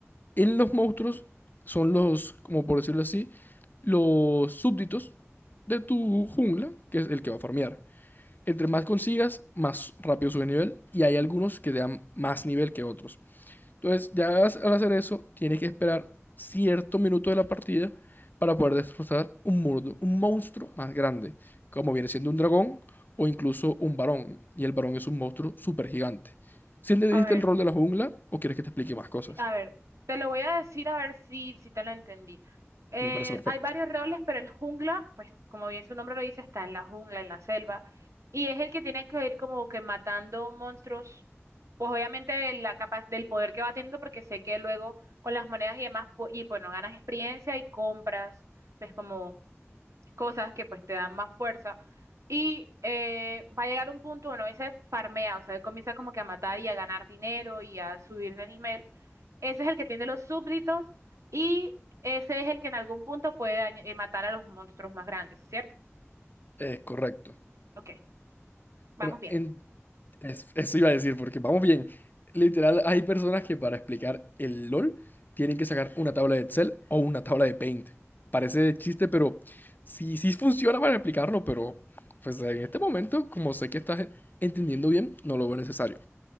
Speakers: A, on the left; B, on the right.
A: En los monstruos son los, como por decirlo así, los súbditos de tu jungla, que es el que va a farmear. Entre más consigas, más rápido sube nivel y hay algunos que te dan más nivel que otros. Entonces, ya has- al hacer eso, tienes que esperar cierto minuto de la partida para poder destrozar un muro, un monstruo más grande, como viene siendo un dragón o incluso un varón. Y el varón es un monstruo súper gigante. ¿Si entendiste
B: A ver.
A: el rol de la jungla o quieres que te explique más cosas?
B: Sí, A ver, te lo voy a decir a ver si, si te lo entendí. Eh,
A: Me parece perfecto.
B: hay varios roles, pero el jungla, pues como bien su nombre lo dice, está en la jungla, en la selva, y es el que tiene que ir como que matando monstruos, pues obviamente la capa del poder que va teniendo, porque sé que luego con las monedas y demás, pu- y bueno, ganas experiencia y compras, pues como cosas que pues te dan más fuerza. Y eh, va a llegar un punto, bueno, ese farmea, o sea, él comienza como que a matar y a ganar dinero y a subir de nivel. Ese es el que tiene los súbditos y ese es el que en algún punto puede dañ- eh, matar a los monstruos más grandes, ¿cierto?
A: Eh, correcto.
B: Ok, vamos
A: Bueno,
B: bien.
A: en- es- eso iba a decir, porque vamos bien. Literal, hay personas que para explicar el LOL tienen que sacar una tabla de Excel o una tabla de Paint. Parece chiste, pero sí, sí funciona para explicarlo, pero pues en este momento, como sé que estás entendiendo bien, no lo veo necesario.